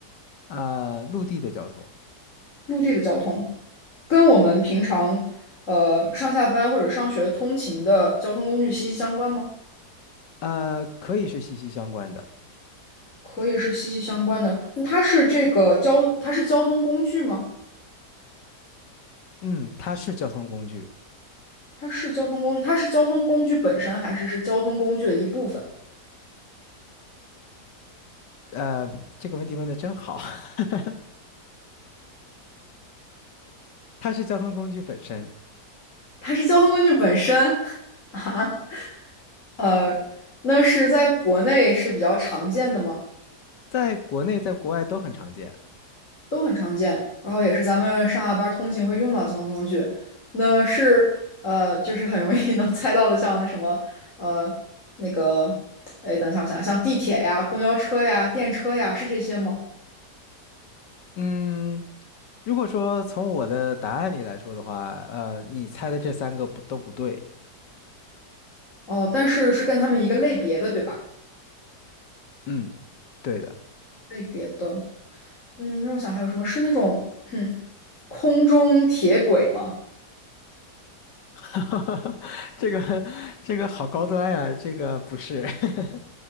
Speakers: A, on the left; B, on the left.
A: 啊，陆地的交通，
B: 陆地的交通。跟我们平常呃上下班或者上学通勤的交通工具息息相关吗？
A: 呃，可以是息息相关的，
B: 可以是息息相关的。那它是这个交，它是交通工具吗？
A: 嗯，它是交通工具。
B: 它是交通工具，它是交通工具本身，还是是交通工具的一部分？
A: 呃，这个问题问的真好，<laughs> 它是交通工具本身，
B: 它是交通工具本身 <laughs> 啊，呃，那是在国内是比较常见的吗？
A: 在国内在国外都很常见。
B: 都很常见，然后也是咱们上下班儿通勤会用到交通工具。那是呃，就是很容易 <laughs> 能猜到的，像什么呃那个，哎，等一下，我想想，像地铁呀、公交车呀、电车呀，是这些吗？
A: 嗯，如果说从我的答案里来说的话，呃，你猜的这三个不都不对。
B: 哦，但是是跟他们一个类别的，对吧？
A: 嗯，对的，
B: 类别的，嗯，让我想还有什么是那种 <clears throat> 空中铁轨吗？
A: <laughs> 这个这个好高端呀，这个不是。<laughs>